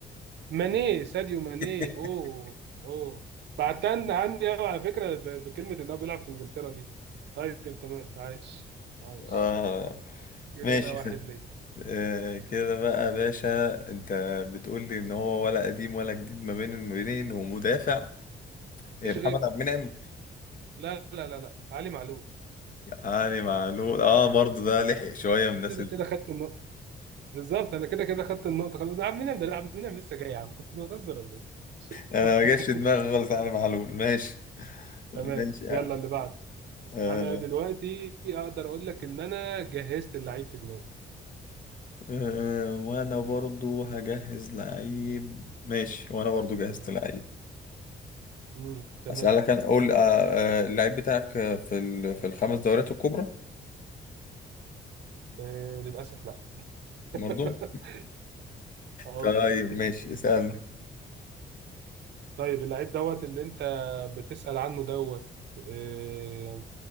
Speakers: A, on the right (about 70°); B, on the left (about 45°).
A: ماني ساديو ماني
B: <laughs>
A: اوه اوه بعتن عني قوي على فكره ب- بكلمه ان هو بيلعب في انجلترا دي طيب تمام عايش عايش
B: آه
A: كده
B: ماشي
A: انا واحد
B: خد.
A: ليه
B: آه كده بقى يا باشا انت بتقول لي ان هو ولا قديم ولا جديد ما بين المبينين ومدافع
A: مفيش
B: آه، محمد
A: غيره
B: عبد المنعم
A: لا لا لا لا علي معلول
B: يعني معلول اه برضه ده لحق شويه من الناس
A: كده كده خدت النقطه بالظبط انا كده كده خدت النقطه خلاص ده عم مين ده أنا عم مين لسه جاي يا عم <laughs> بتهزر ولا ايه
B: انا
A: <laughs>
B: ما جاش في دماغي خالص علي معلول ماشي
A: تمام
B: ماشي يا
A: يلا
B: عم
A: اللي بعده
B: آه.
A: انا دلوقتي اقدر اقول لك ان انا جهزت اللعيب في دماغي
B: آه. وانا برضو هجهز لعيب ماشي وانا برضو جهزت لعيب
A: مم، تمام
B: اسالك انا اقول آه. آه. اللعيب بتاعك آه، في ال... في الخمس دوريات الكبرى
A: آه، للأسف لا <laughs>
B: برضو
A: اه
B: طيب
A: <laughs>
B: ماشي اسالني
A: طيب اللعيب دوت اللي انت بتسأل عنه دوت آه،